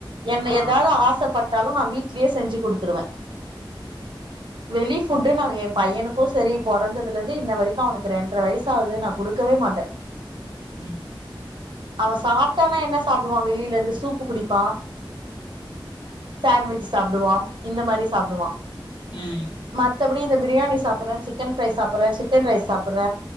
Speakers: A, on the right (about 65°); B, on the left (about 60°).
A: என்ன
B: ஆ
A: ஏதாவ்து ஆசப்பட்டாலு நா வீட் ட்லயே செஞ்சு கொடுதுருவே வெளி ஃபுட்டு நா எ பையனுக்கு செரி பொறந்ததுல இருந்து இன்ன வரைக்கு அவனுக்கு ரெண்ட்ர வயச் சாவுது நா கொடுக்கவே மாட்டே
B: உம்
A: அவ சாப்டானா என்ன சாப்டுவா வெளிலந்து சூப்பு குடிப்பா சான்வெஜ் ச் சாப்டுவா இந்த மாரி சாப்டுவா
B: ம்
A: மத்தப்டி இந்த பிரியாணி சாபுர சிக்கன் ஃப்ரை சாபுர சிக்கன் ரைஸ் சாபுர